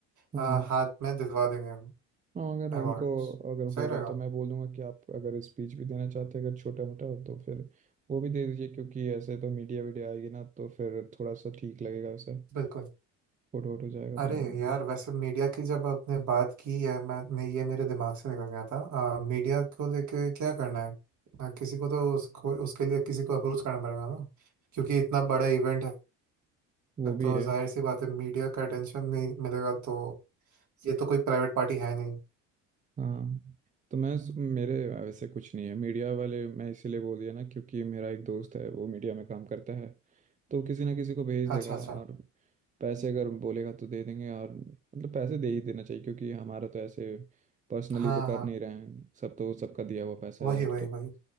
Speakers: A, on the right; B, on the right.
A: हाँ
B: अ, हाथ में दिलवा देंगे
A: हाँ अगर उनको
B: अवार्ड्स
A: अगर
B: सही
A: होगा
B: रहेगा
A: तो मैं बोलूँगा कि आप अगर स्पीच भी देना चाहते हैं अगर छोटा मोटा तो फिर वो भी दे दीजिए क्योंकि ऐसे तो मीडिया वीडिया आएगी ना तो फिर थोड़ा सा ठीक लगेगा सब
B: बिल्कुल
A: फोटो वोटो जाएगा तो
B: अरे
A: और
B: यार
A: भी
B: वैसे मीडिया की जब आपने बात की है मैं, मैं ये मेरे दिमाग से निकल गया था आ, मीडिया को लेके क्या करना है आ, किसी को तो उसको उसके लिए किसी को अप्रोच करना पड़ेगा ना क्योंकि इतना बड़ा इवेंट है
A: वो भी
B: तो
A: है
B: जाहिर सी बात है मीडिया का अटेंशन नहीं मिलेगा तो ये तो कोई प्राइवेट पार्टी है नहीं
A: हाँ तो मैं मेरे वैसे कुछ नहीं है मीडिया वाले मैं इसीलिए बोल दिया ना क्योंकि मेरा एक दोस्त है वो मीडिया में काम करता है तो किसी ना किसी को भेज
B: अच्छा
A: देगा
B: अच्छा
A: और पैसे अगर बोलेगा तो दे देंगे और मतलब पैसे दे ही देना चाहिए क्योंकि हमारा तो ऐसे पर्सनली
B: हाँ
A: तो कर
B: हाँ
A: नहीं रहे हैं सब तो सबका दिया हुआ पैसा
B: वही
A: है यार
B: वही
A: तो
B: वही